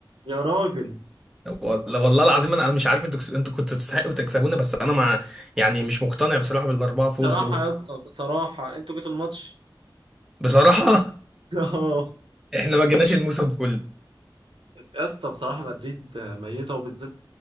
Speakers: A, on the right; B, in the centre.
A: يا راجل
B: والله والله العظيم انا مش عارف انتوا كس- انتوا كنتوا تستحقوا تكسبونا بس انا مع يعني مش مقتنع بصراحه بالاربعه فوز
A: بصراحه
B: دول
A: يا اسطى بصراحه انتوا جيتوا الماتش
B: بصراحه
A: <laughs>
B: <laughs> احنا ما جيناش الموسم كله
A: يا اسطى بصراحة مدريد ميتة وبالذات